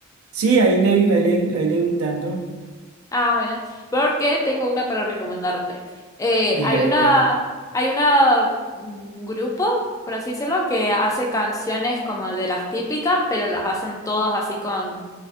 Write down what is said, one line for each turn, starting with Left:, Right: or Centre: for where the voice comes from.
Right: sí, ahí le, ahí le, ahí le voy dando.
Left: Ah, bueno. Porque tengo una para recomendarte. Eh,
Right: Diga,
Left: hay una,
Right: diga,
Left: hay una mm, grupo, por así decirlo, que hace canciones como de las típicas, pero las hacen todos así con